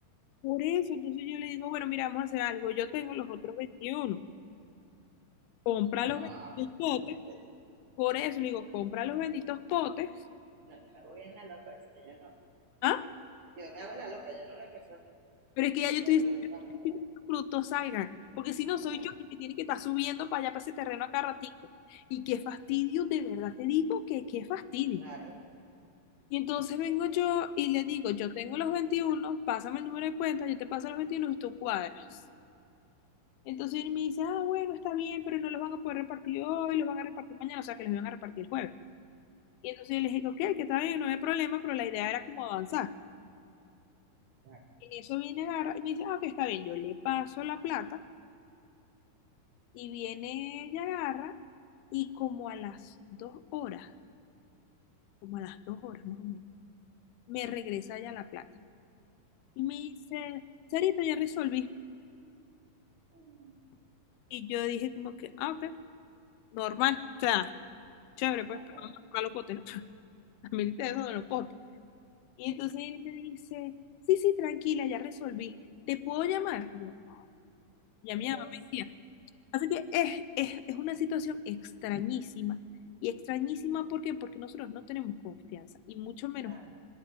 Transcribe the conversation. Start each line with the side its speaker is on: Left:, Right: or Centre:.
Left: por eso, entonces yo le digo, bueno, mira, vamos a hacer algo. Yo tengo los otros veintiuno Compra
Right: No,
Left: los benditos potes.
Right: imagínate tú.
Left: Por eso le digo, compra los benditos potes.
Right: No, yo me hago bien la loca, ¿viste? Yo no.
Left: ¿Ah?
Right: Yo me hago la loca, yo no la resuelvo.
Left: Pero es que ya yo estoy
Right: Pero
Left: diciendo
Right: no,
Left: yo necesito
Right: no, pero-
Left: que los productos salgan. Porque si no,
Right: Claro,
Left: soy yo el que tiene que estar subiendo para allá, para ese terreno a cada ratito. Y qué fastidio, de verdad te digo que qué fastidio.
Right: claro,
Left: Y entonces vengo yo y le digo, yo tengo los veintiuno pásame el número de cuenta, yo te paso los 21 y tú cuadras. Entonces él me dice, ah, bueno, está bien, pero no los van a poder repartir hoy, los van a repartir mañana, o sea que los van a repartir el jueves. Y entonces yo le dije, ok, que está bien, no hay problema, pero la idea era como avanzar.
Right: claro.
Left: En eso viene agarra y me dice, ah, ok, está bien, yo le paso la plata Y viene ella, agarra, y como a las dos horas, como a las dos horas más o menos, me regresa ya la plata. Y me dice, Sarita, ya resolví.
Right: Mm,
Left: Y yo dije como que, ah, ok, normal, o sea, chévere, pues,
Right: Ajá,
Left: pero vamos a tocar los potes, ¿no? <laughs> A mí te dejo de los potes. Y entonces él me dice, sí, sí, tranquila, ya resolví, ¿te puedo llamar? Y, yo, "Ay". Y
Right: otra
Left: a mi mamá
Right: vez.
Left: me decía, así que es, es, es una situación extrañísima. Y extrañísima, ¿por qué? Porque nosotros no tenemos confianza, y mucho menos
Right: Claro,